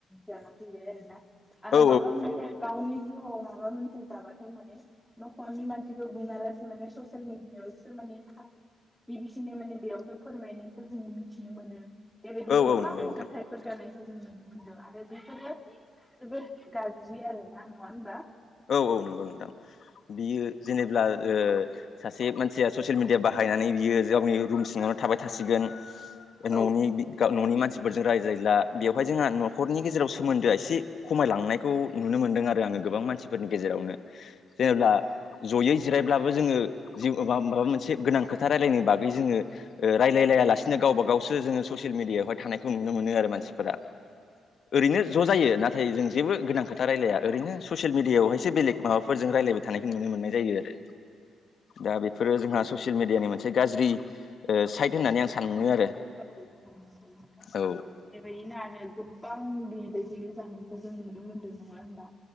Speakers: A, in the centre; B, on the left.
A: जाना फैबाय आरोना आरो
B: औ
A: माब्ला मोनसे गावनि जिउ आव माबा मोनसे जाबाथाय माने न'खरनि मानसिखौ बुङालासे माने ससियेल मिडियाआवसो माने बि बिसिनो माने बेयावनो फोरमायनायखौ जोङो मिथिनो मोनो बेबायदिबो
B: औ औ
A: गोबां
B: नंगौ नोंथां
A: जाथायफोर जानाय खौ जों नुनो मोनदों आरो बेफोरो जोबोद गाज्रि आरोना नङा होनबा?
B: औ औ नंगौ नोंथां बियो जेनेब्ला ओ सासे मानसिया ससियेल मिडिया बाहायनानै बियो गावनि रुम सिङावनो थाबाय थासिगोन। न'नि
A: औ
B: बि न'नि मानसि ‌ फोरजों रायज्लायला बेवहाय जोंहा न'खरनि गेजेराव सोमोन्दोआ एसे खमायलांनायखौ नुनो मोनदों आ आरो आङो गोबां मानसिफोरनि गेजेरावनो जेनेब्ला जयै जिरायब्लाबो जोङो जि माबा मोनसे गोनां खोथा रायलायनो बागै जोङो ओ रायजलायसिनो गावबा गाव सो जोङो ससियेल मिडियायावहाय थानायखौ नु मोन आरो। मानसिफोरा ओरैनो ज' जायो नाथाय जों जेबो गोनां खोथा रायलाया आरैनो ससियेल मिडियाआववहायो बेलेग माबाफोरजों रायलायबाय थानायखौ नुनो मोननाय जायो आ रो दा बेफोरो जोंहा ससियेल मिडियानि मोन से गाज्रि ओ साइद होननानै आं सानो आरो।
A: औ औ औ नोंथां
B: औ
A: जेरै- ना गोबां बि दनि जानायखौ जों नुनो मोन्दों नङा होनबा